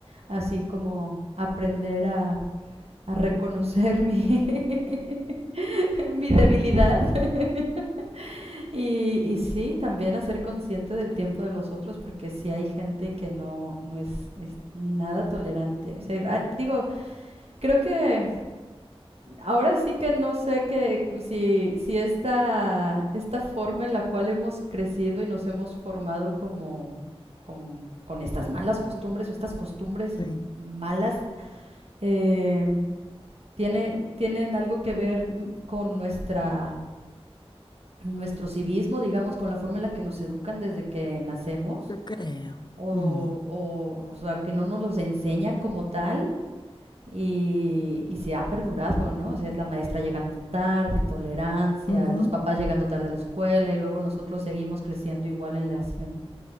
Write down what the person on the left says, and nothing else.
sí,
yo creo.
Mm,
ujú.